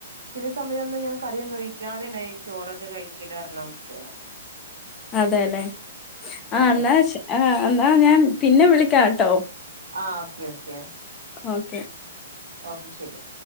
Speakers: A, on the right (about 75°); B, on the left (about 25°).
A: ചില സമയൊന്നും ഞാൻ കറിയൊന്നും ഒഴിക്കാതെനെ നെയ് ചോറൊക്കെ കഴിക്കിയില്ലാർന്ന അവസ്ഥയെനു
B: അതെല്ലെ ആ
A: അതെ
B: എന്നാ ശാ ആ എന്നാ ഞാൻ പിന്നെ വിളിക്കാ ട്ടോ
A: ആഹ് ഓക്കെ ഓക്കെ
B: ഓക്കേ
A: ഓക്കെ ശരി